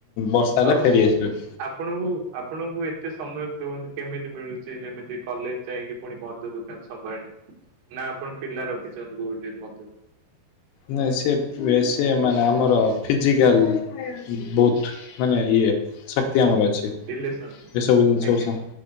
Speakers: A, on the left (about 75°); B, on the right (about 75°).
A: ବର୍ଷା ହେଲା
B: ଆଉ
A: ଫେରିଆସିଲୁ।
B: ଆପଣଙ୍କୁ, ଆପଣଙ୍କୁ ଏ ଏତେ ସମୟ କେମିତି ମିଳୁଛି? ଯେମିତି କଲେଜ ଯାଇକି ପୁଣି ମଦ ଦୋକାନ ସମ୍ଭାଳିଆ। ନା ଆପଣ ପିଲା ରଖିଛନ୍ତି, କୋଉଠି ମଦ ଦୋକାନ?
A: ନା ସେ ସେ ମାନେ ଆମର ଫିଜିକାଲ୍ ବହୁତ। ମାନେ ଇଏ ଶକ୍ତି ଆମର ଅଛି।
B: ରିଲେସନ
A: ଏସବୁ ଜିନିଷକୁ
B: ଆଜ୍ଞା
A: ସ